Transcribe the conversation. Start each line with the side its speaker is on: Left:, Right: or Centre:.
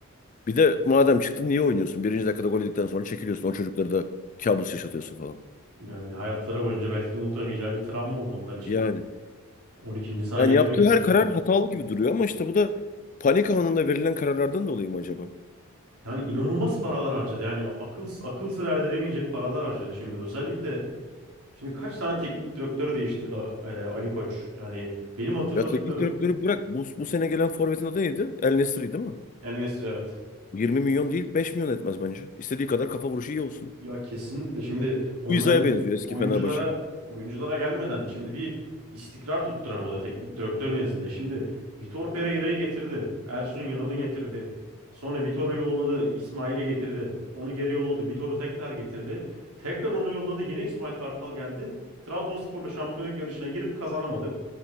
Left: Bir de madem çıktın niye oynuyorsun? Birinci dakikada gol yedikten sonra çekiliyorsun. O çocukları da kabus yaşatıyorsun falan.
Right: Yani hayatları boyunca belki de unutamayacağı bir travma oldu onlar için
Left: Yani.
Right: de. 12. saniyede
Left: Yani yaptığı
Right: mi gelmişti
Left: her karar
Right: gol?
Left: hatalı gibi duruyor ama işte bu da panik anında verilen kararlardan dolayı mı acaba?
Right: Yani inanılmaz paralar harcadı. Yani akıl akıl sır erdiremeyecek paralar harcadı. Şimdi özellikle Şimdi kaç tane teknik direktör değiştirdi e, Ali Koç? Yani benim hatırladıklarım
Left: Ya teknik direktörü bırak. Bu, bu sene gelen forvetin adı neydi? El Nesri değil mi?
Right: en evet.
Left: 20 milyon değil 5 milyon etmez bence. İstediği kadar kafa vuruşu iyi olsun.
Right: Ya kesinlikle şimdi onun
Left: Bu benziyor
Right: önce
Left: eski
Right: oyunculara
Left: Fenerbahçeli.
Right: oyunculara gelmeden şimdi bir istikrar tutturamadı teknik direktör nezdinde. Şimdi Vitor Pereira'yı getirdi. Ersun Yanal'ı
Left: Hı
Right: getirdi.
Left: hı.
Right: Sonra Vitor'u yolladı. İsmail'i getirdi. Onu geri yolladı. Vitor'u tekrar getirdi. Tekrar onu yolladı. Yine İsmail Kartal geldi. Trabzonspor'la şampiyonluk yarışına girip kazanamadı.